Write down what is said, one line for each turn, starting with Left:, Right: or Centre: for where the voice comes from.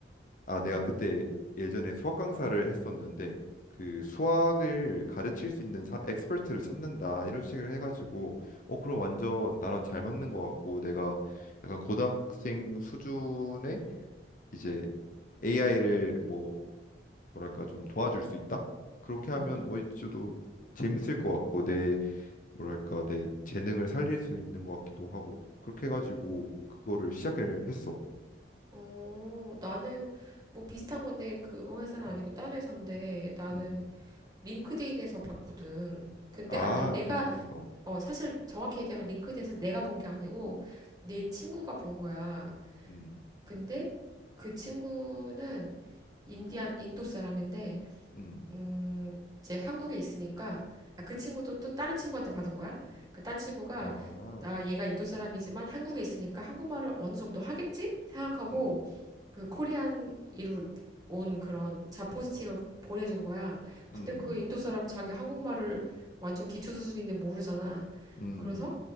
Left: 아 내가 그때 예전에 수학 강사를 했었는데 그 수학을 가르칠 수 있는 사, 엑스퍼트를 찾는다 이런 식을 해가지고 어 그럼 완전 나랑 잘 맞는 거 같고 내가 약간 고등학생 수준의 이제 AI를 뭐 뭐랄까 좀 도와줄 수 있다? 그렇게
Right: 음.
Left: 하면 오이치도 재밌을 것 같고 내 뭐랄까 내 재능을 살릴 수 있는 것 같기도 하고 그렇게 해가지고 그거를 시작을 했어.
Right: 어, 나는 뭐 비슷한 건데 그거 회사는 아니고
Left: 음,
Right: 딴 회사인데 나는
Left: 음.
Right: 링크드인에서 봤거든. 근데
Left: 아,
Right: 아까 내가
Left: 링크드인 어.
Right: 어 사실 정확히 얘기하면 링크드인에서 내가 본 게 아니고 내 친구가 본 거야.
Left: 음,
Right: 근데 그 친구는 인디안, 인도 사람인데,
Left: 음.
Right: 음, 이제 한국에 있으니까, 아, 그 친구도 또 다른 친구한테 받은 거야? 그러니까 딴 친구가,
Left: 아,
Right: 나 얘가 인도 사람이지만 한국에 있으니까 한국말을 어느 정도 하겠지? 생각하고,
Left: 음,
Right: 그 코리안 이로 온 그런 자포스팅을 보내준 거야. 근데
Left: 음,
Right: 그 인도 사람 은 자기 한국말을 완전 기초 수준인데 모르잖아.
Left: 음,
Right: 그래서